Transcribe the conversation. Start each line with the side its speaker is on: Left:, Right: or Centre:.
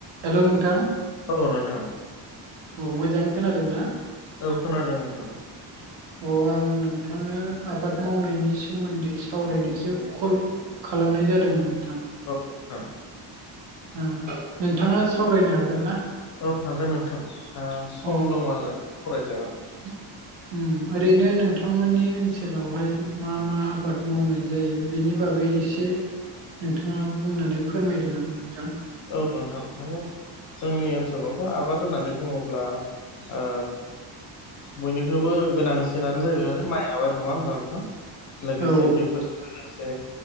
Right: Hello नोंथां
Left: औ नोंथां
Right: औ मोजाङै खोनादोंना?
Left: औ खोनादों नोंथां
Right: <inaudible> अ आं नोंथांनो आबाद मावनायनि सोमोनदै सावरायनोसो कल खालामनाय जादोंमोन नोंथां।
Left: औ नोंथां
Right: ओम नोंथाङा सावरायनो हागोन ना?
Left: औ हागोन नोंथां आ सम
Right: अ
Left: दङ' आरो सावराय जागोन।
Right: <inaudible> उम ओरैनो नोंथांमोननि ओनसोलावहाय मा मा आबाद मावनाय जायो बेनि बागै एसे एसे नोंथाङा बुंनानै फोरमायदो नामा नोंथां।
Left: औ नोंथां माने जोंनि ओनसोलावथ' आबाद होननानै बुङोब्ला ओ बयनिख्रुइबो गोनांसिनानो जाहैबाय माने माइ आबाद नङा होमबा नोंथां लोगोसे
Right: औ
Left: बेफोर लोगोसे